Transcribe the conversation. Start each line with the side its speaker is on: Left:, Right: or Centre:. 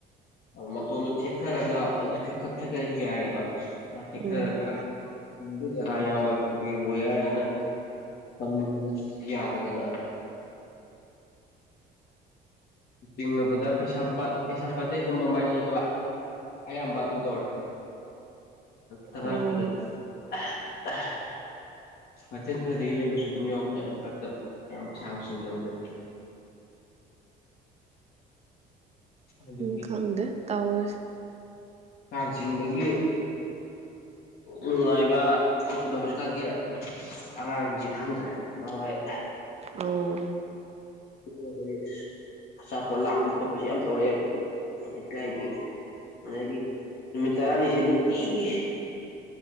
Left: ꯑ ꯃꯇꯣꯟꯗꯨ ꯊꯦꯛꯊꯔꯒ ꯑꯗꯨ ꯊꯦꯛꯠꯊ ꯌꯥꯏꯑꯕ ꯑ ꯊꯦꯛꯊꯔꯒ
Right: ꯎꯝ
Left: ꯒꯤ ꯖꯒꯥ ꯌꯥꯎꯋꯦꯕ ꯋꯦꯌꯔꯁꯤꯅ ꯄꯟꯕꯅ ꯌꯥꯗꯗꯅ ꯇꯤꯡꯉꯕꯗ ꯀꯩꯁꯥꯝꯄꯥꯠ ꯀꯩꯁꯥꯝꯄꯥꯠꯇꯩ ꯑꯗꯨꯝ ꯃꯃꯥꯏ ꯂꯩꯕ ꯑꯌꯥꯝꯕ ꯑꯗꯨꯝ ꯇꯧꯔꯦ ꯇꯉꯥꯏ
Right: ꯑꯣ
Left: ꯐꯗꯦ <unintelligible> ꯃꯊꯦꯜ ꯁ꯭ꯋꯥꯏꯗꯒꯤ ꯂꯩꯕꯁꯨ ꯑꯗꯨꯝ ꯌꯥꯎꯕ ꯆꯥꯠꯅꯤ ꯃꯔꯛꯇ ꯌꯥꯝ ꯁꯥꯥꯡꯅ ꯁꯤꯡꯗꯕꯗꯗꯤ ꯑꯗꯨꯒꯤ
Right: ꯎꯝ ꯈꯪꯗꯦ ꯇꯧꯔꯁꯨ
Left: ꯀꯥꯡ ꯆꯤꯡꯕꯒꯤ ꯅꯨꯡꯉꯥꯏꯕ ꯈꯣꯠꯄꯗꯣ ꯍꯧꯖꯤꯛꯀꯥꯟꯒꯤ ꯑꯉꯥꯡꯁꯤꯡꯁꯤ ꯈꯪꯗ꯭ꯔꯦ ꯅ‌ꯣꯏ ꯎ ꯍ
Right: ꯑꯣ
Left: ꯑꯁ <unintelligible> ꯑꯆꯥꯄꯣꯠ ꯂꯥꯛꯄꯤ ꯈꯣꯠꯄꯁꯤ ꯌꯥꯝ ꯇꯧꯔꯛꯑꯦꯕ ꯂꯩꯀꯥꯏꯒꯤ ꯑꯗꯒꯤ ꯅꯨꯃꯤꯠ ꯇꯔꯥꯅꯤꯁꯦ ꯅꯨꯡꯇꯤꯒꯤ